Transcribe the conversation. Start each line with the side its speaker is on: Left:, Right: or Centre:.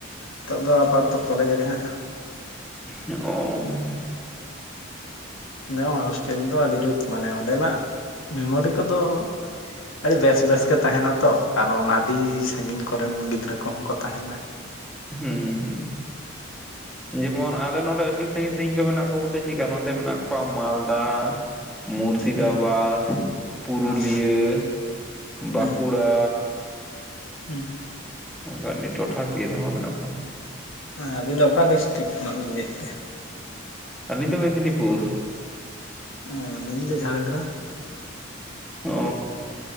Left: ᱱᱤᱛᱚᱜ ᱫᱚ ᱟᱯᱟᱛᱛᱚ ᱠᱚᱞᱮᱡᱽ ᱨᱮᱦᱟᱸᱜ᱾
Centre: ᱚ
Left: ᱚᱰᱮ ᱦᱚᱸ ᱦᱳᱥᱴᱮᱞ ᱫᱚ ᱟᱹᱰᱤ ᱡᱩᱛ ᱢᱟᱱᱮ ᱚᱸᱰᱮᱱᱟᱜ ᱢᱮᱢᱳᱨᱤ ᱠᱚᱫᱚ ᱟᱹᱰᱤ ᱵᱮᱥ ᱵᱮᱥ ᱜᱮ ᱛᱟᱦᱮᱱᱟ ᱛᱚ ᱠᱟᱨᱚᱱ ᱟᱹᱰᱤ ᱥᱟᱺᱜᱤᱧ ᱠᱚᱨᱮᱱ ᱜᱤᱫᱽᱨᱟᱹ ᱠᱚᱦᱚᱸ ᱠᱚ ᱛᱟᱦᱮᱱᱟ᱾
Centre: ᱦᱩᱸ ᱦᱩᱸ ᱡᱮᱢᱚᱱ ᱟᱞᱮ ᱱᱚᱰᱮ ᱟᱹᱰᱤ ᱥᱟᱺᱜᱤᱧ ᱥᱟᱺᱜᱤᱧ ᱠᱚ ᱢᱮᱱᱟᱜ ᱠᱚᱣᱟ ᱵᱚᱞᱮ ᱪᱮᱠᱟ ᱱᱚᱛᱮ ᱢᱮᱱᱟᱜ ᱠᱚᱣᱟ ᱢᱟᱞᱫᱟ᱾ ᱢᱩᱨᱥᱤᱫᱟᱵᱟᱫᱽ
Left: ᱦᱩᱸ
Centre: ᱯᱩᱨᱩᱞᱤᱭᱟᱹ
Left: ᱦᱩᱸ
Centre: ᱵᱟᱸᱠᱩᱲᱟ᱾
Left: ᱦᱩᱸ ᱦᱩᱸ
Centre: ᱚᱱᱠᱟ ᱟᱹᱰᱤ ᱴᱚᱴᱷᱟᱠᱤᱭᱟᱹ ᱨᱮᱱ ᱦᱚᱸ ᱢᱮᱱᱟᱜ ᱠᱚᱣᱟ᱾
Left: ᱦᱮᱸ ᱟᱵᱤᱱ ᱫᱚ ᱚᱠᱟ ᱰᱤᱥᱴᱤᱠ ᱠᱷᱚᱱᱟᱜ ᱵᱮᱱ ᱞᱟᱹᱭᱮᱫ ᱛᱮ?
Centre: ᱟᱹᱞᱤ ᱫᱚ ᱢᱮᱫᱽᱱᱤᱯᱩᱨ᱾
Left: ᱚ ᱟᱹᱞᱤᱧ ᱫᱚ ᱡᱷᱟᱲᱜᱨᱟᱢ᱾
Centre: ᱚ